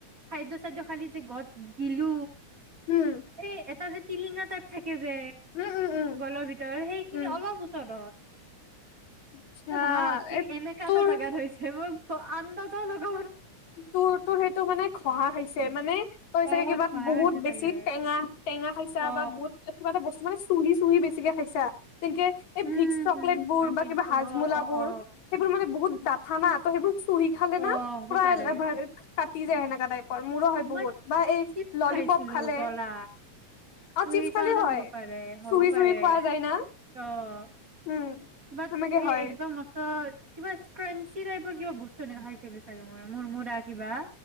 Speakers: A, on the right (about 35°); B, on the left (about 75°).
A: খাদ্য চাদ্য খালি যে গত গিলো
B: উম
A: এই এটা যে টিলিঙা টাইপ থাকে। যে
B: উম উম উম
A: গলৰ ভিতৰত সেইখিনি
B: উম
A: অলপ ওচৰত অ।
B: আচ্ছা
A: ত ভাব তোৰ
B: এই
A: এনেকা
B: তোৰ
A: এটা জেগাত হৈছে মই থ আন্দাজৰ লগ
B: তোৰ তোৰ সেইটো মানে ঘহা খাইছে মানে তই
A: অ
B: চাগে কিবা
A: খহা
B: বহুত
A: হৈছে
B: বেছি
A: চাগে
B: টেঙা টেঙা খাইছা
A: অ
B: বা বহুত কিবা এটা বস্তু মানে। চুহি চুহি বেছিকে খাইছা। তেনেকে এই
A: উম
B: ভিক্স চকলেট বোৰ
A: হয়
B: বা
A: কিন্তু
B: কিবা হাজমোলাবোৰ
A: অ অ অ
B: সেইবোৰ মানে বহুত দ <unintelligible> তো সেইবোৰ চুহি খালে
A: অ
B: না
A: হ'ব
B: <unintelligible>
A: পাৰে
B: কাটি যায় সেনেকা টাইপ মোৰো হয়
A: মই
B: বহুত বা এই
A: চিপছ
B: ললিপপ
A: খাইছিলো
B: খালে
A: জ্বলা
B: অ
A: ত
B: চিপছ
A: সেই
B: খালে
A: কাৰণে
B: হয়
A: হ'ব পাৰে হ'ব
B: চুহি
A: পাৰে
B: চুহি খোৱা যায় না
A: ত তমাত
B: উম সেনেকে
A: এই
B: হয়
A: একদমচত কিবা স্কেৰেঞ্চি টাইপ কিবা বস্তু এনেক খাইছে বুলি চাগে মই মোৰ দ্বাৰা কিবা